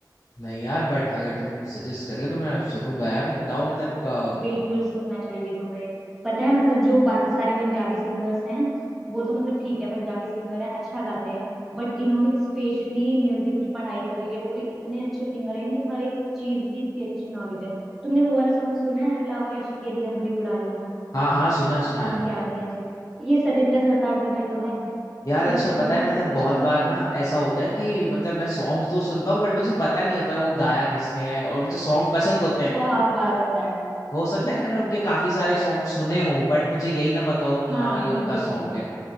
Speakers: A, on the left; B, in the centre.
A: नहीं यार बट अगर तुम सजेस्ट करे तो मैं सुनूंगा यार बताओ मतलब अ,
B: बिल्कुल सुनना चाहिए तुम्हें पता है मतलब जो बाकी सारे पंजाबी सिंगर्स हैं वो तो मतलब ठीक है पंजाबी सिंगर हैं अच्छा गाते हैं बट इन्होंने स्पेशली म्यूजिक की पढ़ाई करी हुई है पूरी इतने अच्छे सिंगर है इन्हें हर एक चीज की इतनी अच्छी नॉलेज है तुमने वो वाला सॉन्ग सुना है अल्लाह इश्क के दी अंबरी उड़ारिया
A: हाँ हाँ सुना है सुना
B: तानू
A: है
B: प्यार दिया चली ये सतेंद्र सरताज जी का ही तो है मतलब
A: यार अच्छा
B: इतना
A: पता है मतलब
B: अच्छा
A: बहुत बार ना ऐसा होता है कि मतलब मैं सॉन्ग्स तो सुनता हूँ बट मुझे पता नहीं होता वो गाया किसने है और मुझे सॉन्ग पसंद होते हैं
B: बहुत बार होता है
A: हो सकता
B: <laughs>
A: है मैंने उनके काफी सारे सॉन्ग सुने हों बट मुझे यही ना पता हो कि हाँ
B: हाँ हाँ
A: ये उनका
B: बिल्कुल
A: सॉन्ग
B: सुने होंगे
A: है